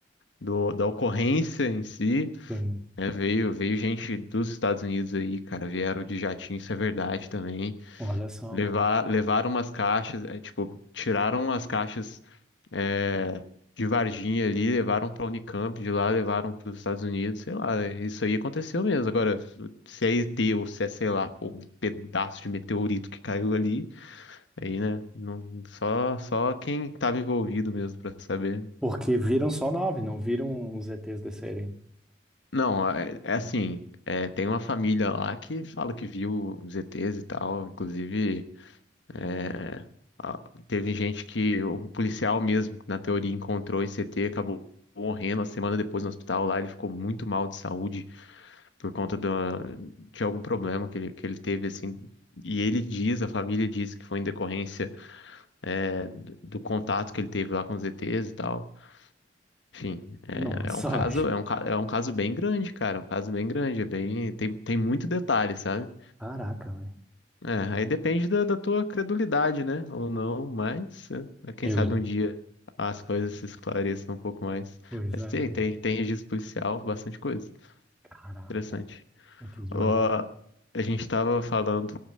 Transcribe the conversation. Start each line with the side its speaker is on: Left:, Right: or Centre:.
Left: do- da ocorrência em si.
Centre: Sim.
Left: né? Veio, veio gente dos Estados Unidos aí, cara, vieram de jatinho, isso é verdade também.
Centre: Olha só,
Left: Levar,
Centre: mano.
Left: levaram umas caixas, é, tipo, tiraram as caixas eh, de Varginha ali, levaram para Unicamp, de lá levaram para os Estados Unidos, sei lá, isso aí aconteceu mesmo. Agora, se é ET ou se é, sei lá, pô, um pedaço de meteorito que caiu ali, aí, né, não, só, só quem estava envolvido mesmo para saber.
Centre: Porque viram só nove, não viram os ETs descerem.
Left: Não, é, é assim, é, tem uma família lá que fala que viu os ETs e tal, inclusive. É, a- teve gente que, o policial mesmo, na teoria, encontrou esse ET, acabou morrendo a semana depois no hospital lá. Ele ficou muito mal de saúde por conta da- de algum problema que ele, que ele teve, assim. E ele diz, a família diz que foi em decorrência, é, do, do contato que ele teve lá com os ETs e tal. Enfim, é,
Centre: Nossa,
Left: é um caso,
Centre: velho.
Left: é um, ca- é um caso bem grande, cara. É um caso bem grande, é bem, tem, tem muito detalhe, sabe?
Centre: Caraca, velho.
Left: É, aí depende da, da tua credulidade, né? Ou não, mas é, é, quem
Centre: Eu
Left: sabe
Centre: lembro.
Left: um dia as coisas se esclareçam um pouco mais.
Centre: Pois
Left: Mas
Centre: é,
Left: tem,
Centre: cara.
Left: tem, tem registro policial, bastante coisa.
Centre: Caraca.
Left: Interessante.
Centre: ET de
Left: Ó,
Centre: Varginha.
Left: a gente estava falando